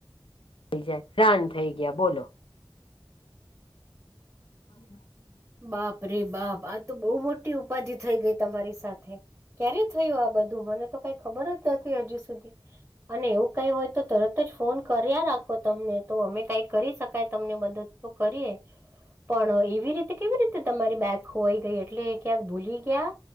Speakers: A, on the left; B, on the right.
A: થઈ જાય રાન થઈ ગયા બોલો <inaudible>
B: બાપ રે બાપ આ તો બહુ મોટી ઉપાધિ થઇ ગઈ તમારી સાથે ક્યારે થયું આ બધું મને તો કઈ ખબર જ નથી હજી સુધી અને એવું કઈ હોય તો તરત તો જ ફોન કર્યા રાખો તમને તો અમે કઈ કરી શકાય તમને મદદ તો કરીએ પણ એવી રીતે કેવી રીતે તમારી બેગ ખોવાઈ ગઈ એટલે ક્યાંક ભૂલી ગયા